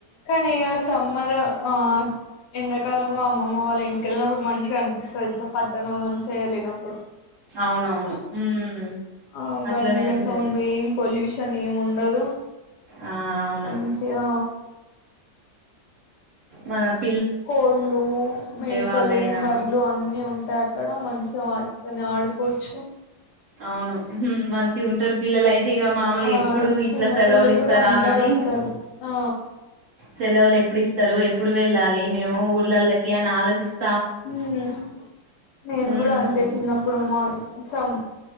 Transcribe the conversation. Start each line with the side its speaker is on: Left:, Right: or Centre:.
Left: కానీ ఆ సమ్మర్ ఆ ఎండాకాలంలో అమ్మమ్మ వాళ్ళింటి వెళ్ళినప్పుడు మంచిగా అనిపిస్తది ఇట్లా పట్టణం నుంచి వెళ్ళినప్పుడు.
Right: అవునవును ఉమ్
Left: ఆ
Right: అట్లనే
Left: బండిల
Right: ఉంటది
Left: సౌండ్ ఏం పొల్యూషన్ ఏం ఉండదు.
Right: ఆ అవును
Left: మంచిగా.
Right: మనక్
Left: కోళ్ళు మేకలు
Right: వాళ్ళైనా
Left: బర్ లు అన్ని ఉంటాయి అక్కడ మంచిగా వాటితోని ఆడు. కోచ్చు
Right: అవును హుమ్ మంచిగా ఉంటారు పిల్లలు అయితే ఇక మామలు
Left: ఆ
Right: ఎప్పుడు ఇట్లా
Left: చిన్న
Right: సెలవులు
Left: పిల్లలు
Right: ఇస్తారా
Left: కూడా అందరు
Right: ఆనని.
Left: వస్తారు ఆ
Right: సెలవులు ఎప్పుడు ఇస్తారు ఎప్పుడు వెళ్ళాలి మేము ఊర్లళకి అని ఆలోచిస్త.
Left: మ్ నేను
Right: ఉమ్
Left: కూడా అంతే చిన్నప్పుడు మా సం.